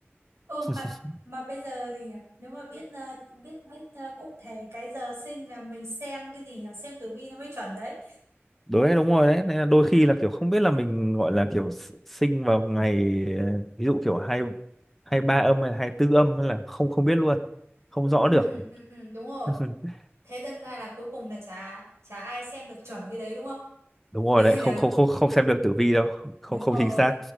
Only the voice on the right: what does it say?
ừ mà
mà bây giờ gì nhỉ nếu mà biết ờ, biết biết ờ, cụ thể cái giờ sinh là mình xem cái gì nhỉ xem tử vi nó mới chuẩn đấy
ừ
ừ ừ đúng rồi
thế đâm ra là cuối cùng là chả chả ai xem được chuẩn cái đấy đúng không <laughs>
vì
là
đúng
rồi